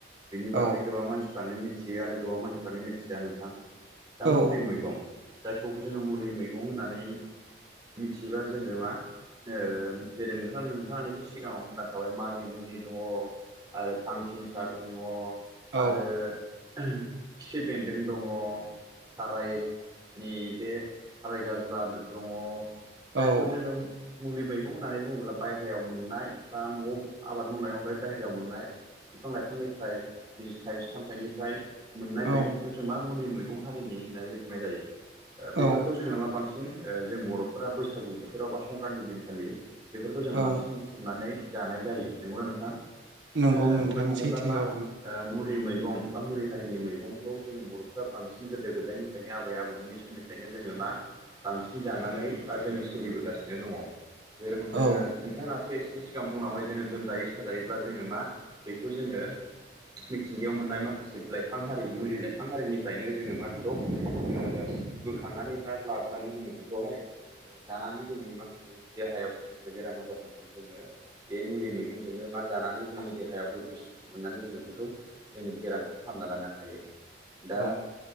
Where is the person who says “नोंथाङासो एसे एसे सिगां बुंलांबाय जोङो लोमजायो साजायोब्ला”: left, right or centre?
Right